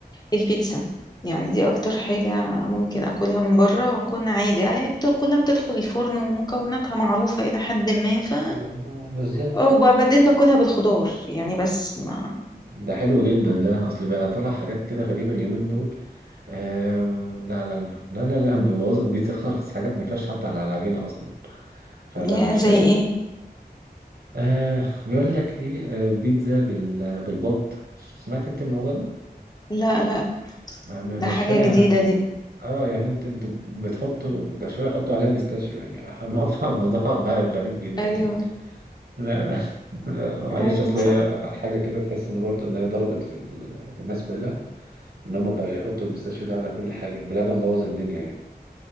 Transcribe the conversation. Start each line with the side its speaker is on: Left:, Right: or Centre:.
Left: البيتزا يعني دي اكتر حاجة ممكن اكلها من بره واكون عادي يعني بت- كلها بتدخل الفرن ومكوناتها معروفة الى حد ما ف
Right: آه، بالظبط
Left: وبعدين باكلها بالخضار يعني بس ما
Right: ده حلو جدا ده اصل بقى طلع حاجات كده غريبه اليومين دول آه لا لا لا لا لا, لا بيبوظ البيتزا خالص حاجات ما ينفعش حتى على العجينه اصلا فلا
Left: يا
Right: مش
Left: زي
Right: حلو
Left: ايه
Right: آه بيقول لك ايه آه بيتزا بال... بالبط سمعت انت الموضوع ده
Left: لا لا
Right: ما- ما-
Left: ده
Right: مش
Left: حاجة
Right: فاهم
Left: جديدة
Right: أنا.
Left: دي
Right: اه يعني انت انت بتحطوا ده شويه حطوا عليها بيستاشيو يعني <laughs> الموضوع الموضوع بقى غريب جدا
Left: ايوه
Right: يعني لا لا <laughs> لا، معلش
Left: ايوه
Right: اصل
Left: صح
Right: هي حاجه كده تحس ان برضو ان هي ضربت في ال... في الناس كلها ان هم بقى يحطوا البيستاشيو ده على كل حاجه بلبن بوظ الدنيا يعني